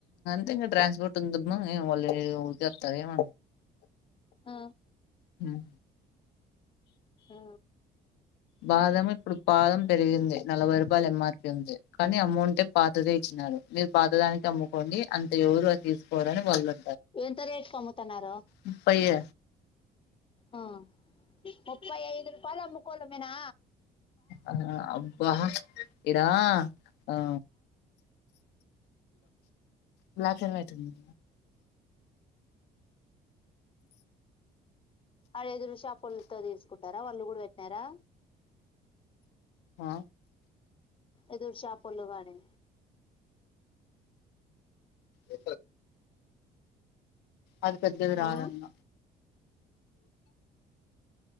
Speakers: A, on the left (about 85°); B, on the left (about 30°).
A: తే ట్రాన్స్పోర్ట్ ఉందమ్మా వాళెతారు ఏమ
B: ఆ
A: హ్మ్
B: ఆ.
A: బాదం ఇప్పుడు పాదం పెరిగింది నలవై బ ఎంఆర్పి ఉంది కానీ అమౌంటట్ే పాతదే ఇచ్చినారు మీరు పాతదానికి అమ్ముకోండి అంత ఎవరు అది తీసుకోవాలని వాళ్ళ
B: ఎంత రేట్ అమ్ముతున్నారో
A: ముప్పైయ
B: ఆ ముప్పై ఐదు రూపాయ ముకోలు మేనా
A: ఆ అబ్బా ఇద ఆ బ్లాక్ అండ్ వైట్ ఉంది
B: అడేదురుషాప్ల్ తీసుకుంటు ంటారా వాళ్ళు కూడా పెట్టినారా
A: ఆ
B: ఎదురు షాపుళగానీ
A: ఎ అది పెద్దది రాదన్న
B: ఆ